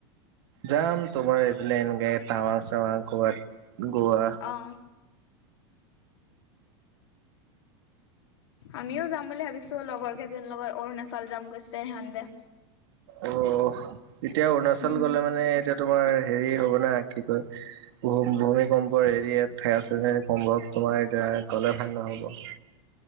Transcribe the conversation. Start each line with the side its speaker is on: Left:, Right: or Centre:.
Right: যাম তোমাৰ এৰ'প্লেনগেট, টাৱাং-চাৱাং ক'বাত, গোৱা
Left: অ'। আমিওঁ যাম বুলি ভাবিছো লগৰ কেইজনীৰ লগত, অৰুণাচল যাম কৈছে সিহঁতে।
Right: অ' এতিয়া অৰুণাচল
Left: উম
Right: গ'লে মানে এতিয়া তোমাৰ হেৰি হ'ব না কি কয় ভূম ভূমিকম্পৰ এৰিাত ঠে চে কম্ তোমাৰ এতিয়া গলে ভাল নহ'ব।